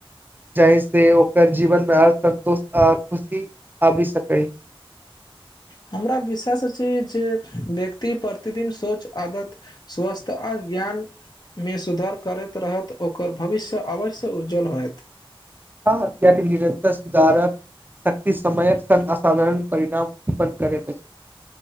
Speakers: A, on the right (about 20°); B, on the left (about 45°).
A: जाहि से ओकर जीवन में ओर सन्तोष आ खुशी आबि सकै
B: हमरा विषेस अछि जे व्यक्ति प्रतिदिन सोच आदत स्वस्थ आ ज्ञान में सुधर करैत रहत ओकर भविष्य अवश्य उज्ज्वल होयत
A: हँ निरतर सुधारक शक्ति समयक संग असाधारण परिणाम उत्पन्न करैत अछि।